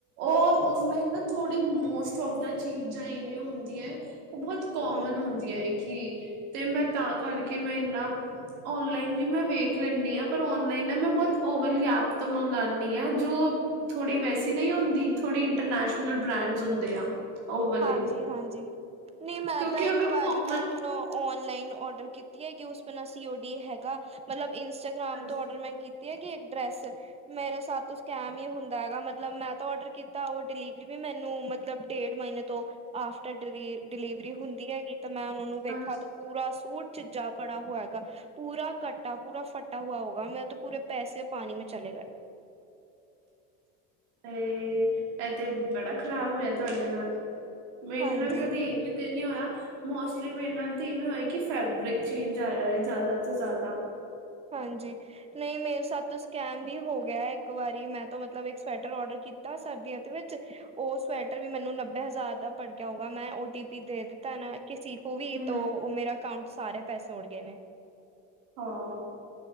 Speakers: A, on the right; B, on the right.
A: ਔਰ ਔਨਲਾਈਨ ਨਾ ਥੋੜੀ ਮੋਸਟ ਔਫ ਦਾ ਚੀਜ਼ਾਂ ਏਵੇ ਹੁੰਦੀਆਂ ਆ, ਉਹ ਬਹੁਤ ਕੋਮਨ
B: ਹਾਂਜੀ
A: ਹੁੰਦੀਆਂ ਐ ਕਿ, ਤੇ ਮੈਂ ਤਾਂ ਕਰਕੇ ਮੈਂ ਏਨਾਂ ਔਨਲਾਈਨ ਵੀ ਮੈਂ ਵੇਖ ਲੇਨੀ ਆ, ਪਰ ਔਨਲਾਈਨ ਨਾ ਮੈਂ ਬਹੁਤ ਓ ਵਾਲ਼ੀ ਐਪ ਤੋਂ ਮੰਗਾਨੀ ਆ ਜ਼ੋ ਥੋੜ੍ਹੀ ਵੈਸੀ ਨਹੀਂ ਹੁੰਦੀਂ, ਥੋੜੀ ਇੰਟਰਨੈਸ਼ਨਲ ਬ੍ਰੈਡਸ ਹੁੰਦੇ ਆ। ਉਹ ਵਾਲੇ
B: ਹਾਂਜੀ -ਹਾਂਜੀ, ਨਹੀਂ ਮੈਂ
A: ਕਿਉਂਕਿ
B: ਤਾਂ
A: ਅਗਰ
B: ਇੱਕ ਵਾਰੀ
A: ਕੋਮਨ
B: ਨਾ ਆਪ ਔਨਲਾਈਨ ਔਡਰ ਕੀਤੀ ਐ ਕਿ ਉਸ ਬਿਨ ਸੀਓ ਡੀ ਹੈਗਾ, ਮਤਲਬ ਇੰਸਟ -ਗ੍ਰਾਮ
A: ਹਾਂਜੀ
B: ਤੋਂ ਓਡਰ ਮੈਂ ਕੀਤੀ ਹੈਗੀ ਇੱਕ ਡਰੈੱਸ ਮੇਰੇ ਸਾਥ ਤੋਂ ਸਕੈਮ ਹੀ ਹੁੰਦਾ ਹੈਗਾ, ਮਤਲਬ ਮੈਂ ਤਾਂ ਓਡਰ ਕੀਤਾਂ ਉਹ ਡਿਲੀਵਰੀ ਵੀ ਮੈਂਨੂੰ ਮਤਲਬ ਡੇਢ ਮਹੀਨੇਂ ਤੋਂ ਆਫਟਰ ਡਿਲੀ ਡਿਲੀਵਰੀ ਹੁੰਦੀਂ ਹੈਗੀ ਤੇ ਮੈਂ ਉਹਨਾਂ ਨੂੰ ਵੇਖਾਂ
A: ਹਾਂਜੀ
B: ਤੋ ਪੂਰਾਂ ਸ਼ੂਟ ਝਿੱਜਾ ਪੜਾ ਹੋਆ ਹੈਗਾ। ਪੂਰਾ ਕੱਟਾ ਪੂਰਾ ਫੱਟਾ ਹੂਆ ਹੋਗਾ, ਮੇਰੇ ਤੋਂ ਪੂਰੇ ਪੈਸੇ ਪਾਨੀ ਮੇਂ ਚਲੇ ਗਏ।
A: ਤੇ ਇਹ ਤੇ ਬੜਾ ਖ਼ਰਾਬ ਹੋਇਆ ਤੁਹਾਡੇ ਨਾਲ਼, ਮੇਰੇ
B: ਹਾਂਜੀ।
A: ਨਾਲ਼ ਕਦੀਂ ਇਵੇ ਤੇ ਨੀ ਹੋਇਆਂ ਮੋਸਟਲੀ ਮੇਰੇ ਨਾਲ ਤੇ ਇਵੇਂ ਹੋਇਆਂ ਕਿ ਫੈਬਰਿਕ ਚੇਂਜ ਆਇਆਂ ਏ ਜ਼ਿਆਦਾ ਤੋਂ ਜ਼ਿਆਦਾ
B: ਹਾਂਜੀ। ਨਹੀਂ ਮੇਰੇ ਸਾਥ ਤੋਂ ਸਕੈਮ ਵੀ ਹੋ ਗਿਆ ਐ ਇੱਕ ਵਾਰੀਂ, ਮੈਂ ਤੋਂ ਮਤਲਬ ਇੱਕ ਸਵੈਟਰ ਓਡਰ ਕੀਤਾਂ ਸਰਦੀਆਂ ਦੇ ਵਿਚ ਉਹ ਸਵੈਟਰ ਵੀ ਮੈਂਨੂੰ ਨੱਬੇ ਹਜ਼ਾਰ ਦਾ ਪੜ ਗਿਆ ਹੋਊਗਾ, ਮੈਂ ਓ ਟੀ ਪੀ ਦੇ ਦਿੱਤਾਂ ਨਾ ਕਿਸੀ ਕੋ ਵੀ
A: ਹੂੰ
B: ਤੋਂ ਉਹ ਮੇਰਾ ਅਕਾਊਂਟ ਸਾਰੇ ਪੈਸੇ ਉੱਡ ਗਏ ਨੇ
A: ਹਾਂ।